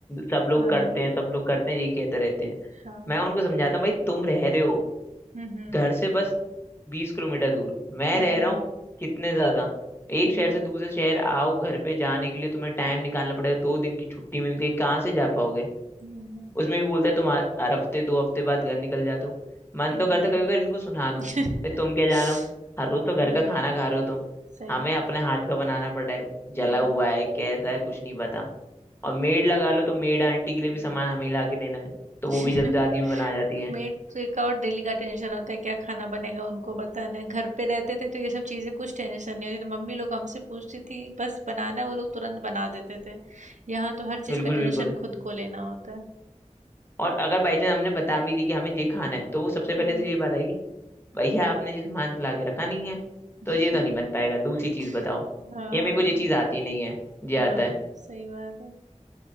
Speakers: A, on the left; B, on the right.
A: सब लोग
B: हाँ
A: करते हैं सब लोग करते हैं यही कहते रहते हैं
B: हाँ
A: मैं उनको समझाता हूँ भाई तुम रह रहे हो
B: हम्म हम्म
A: घर से बस बीस किलोमीटर दूर मैं
B: हम्म
A: रह रहा
B: हम्म
A: हूँ कितने ज्यादा एक
B: हम्म,
A: शहर से दूसरे शहर आओ घर पे जाने के लिए तुम्हें टाइम निकालना पड़ेगा दो दिन की छुट्टी मिलती है कहाँ से जा पाओगे
B: नहीं नहीं
A: उसमें भी बोलते हैं तुम हर हर हफ्ते दो हफ्ते बाद घर निकल जाते हो मन
B: हम्म
A: तो करता कभी कभी इनको सुना दूं
B: हम्म
A: भाई तुम क्या जानो
B: <laughs>
A: हर रोज तो घर
B: हाँ
A: का खाना खा रहे हो तुम
B: सही
A: हमें
B: बात
A: अपने हाथ का बनाना पड़ा है जला
B: हम्म,
A: हुआ है कैसा है कुछ नहीं पता और मेड लगा लो तो मेड आंटी के लिए
B: हम्म।
A: भी सामान हमें ला के देना है तो
B: <laughs>
A: वो भी जल्दबाजी में बना जाती है
B: मेड का और डेली का टेंशन होता है क्या खाना बनेगा उनको बताना है घर पे रहते थे तो ये सब चीज़ें कुछ टेंशन नहीं होती तो मम्मी लोग हमसे पूछती थी बस बनाना है वो लोग तुरंत बना देते थे यहाँ तो हर
A: बिल्कुल
B: चीज़ का
A: बिल्कुल
B: टेंशन खुद को लेना होता है
A: और अगर बाई चांस हमने बता भी दी कि हमें ये खाना है तो वो सबसे पहले
B: हम्म
A: तो ये बात आएगी भैया आपने ये सामान तो लाके रखा नहीं है
B: <laughs>
A: तो ये तो नहीं बन पाएगा दूसरी चीज बताओ
B: हाँ
A: या
B: हाँ
A: मेरे को ये
B: हाँ
A: चीज आती नहीं है ये आता
B: हाँ
A: है
B: सही बात है